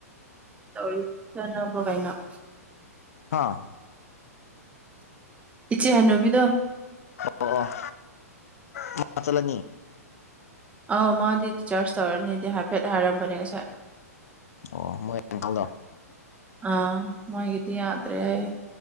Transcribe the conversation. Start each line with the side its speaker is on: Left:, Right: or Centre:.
Right: <unintelligible> ꯀꯩꯅ‌ꯣ
Left: ꯍꯥꯥ
Right: ꯏꯆꯦ ꯍꯥꯏ ꯅꯨꯕꯤꯗ
Left: ꯑꯣ ꯑꯣ ꯃꯥ ꯆꯠꯂꯅꯤ
Right: ꯑꯧ ꯃꯥꯗꯤ ꯗꯤꯆꯥꯔꯖ ꯇꯧꯔꯅꯤꯗꯤ ꯍꯥꯏꯐꯦꯠ ꯍꯥꯏꯔꯝꯕꯅꯦ ꯉꯁꯥꯏ
Left: ꯑꯣ ꯃꯣꯏꯪꯀꯗꯣ
Right: ꯑꯥ ꯃꯣꯏꯒꯤꯗꯤ ꯌꯥꯗ꯭ꯔꯦ ꯑꯩ